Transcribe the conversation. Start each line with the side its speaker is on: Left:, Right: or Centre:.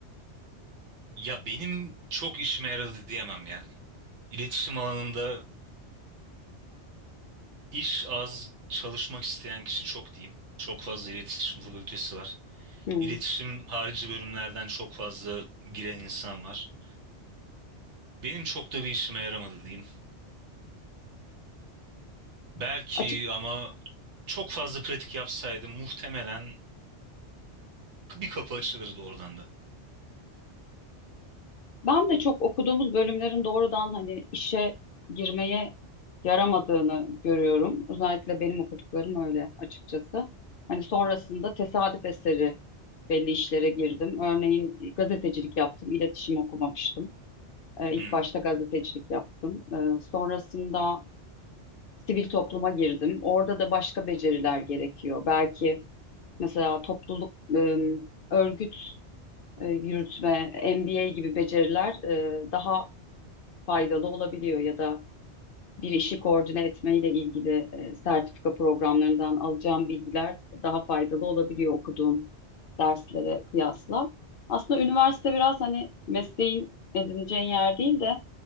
Right: Ya benim çok işime yaradı diyemem ya. İletişim alanında iş az, çalışmak isteyen kişi çok diyeyim. Çok fazla iletişim fakültesi var.
Left: Hmm.
Right: İletişim harici bölümlerden çok fazla giren insan var. Benim çok da bir işime yaramadı diyeyim. Belki
Left: Açık.
Right: ama çok fazla pratik yapsaydım muhtemelen bir kapı açılırdı oradan da.
Left: Ben de çok okuduğumuz bölümlerin doğrudan hani işe girmeye yaramadığını görüyorum. Özellikle benim okuduklarım öyle açıkçası. Hani sonrasında tesadüf eseri belli işlere girdim. Örneğin gazetecilik yaptım, iletişim okumamıştım. Ee, İlk
Right: Hmm.
Left: başta gazetecilik yaptım. Ee, Sonrasında sivil topluma girdim. Orada da başka beceriler gerekiyor. Belki mesela topluluk, e, örgüt e, yürütme, MBA gibi beceriler e, daha faydalı olabiliyor ya da bir işi koordine etmeyle ilgili e, sertifika programlarından alacağım bilgiler daha faydalı olabiliyor okuduğun derslere kıyasla. Aslında üniversite biraz hani mesleğin edineceğin yer değil de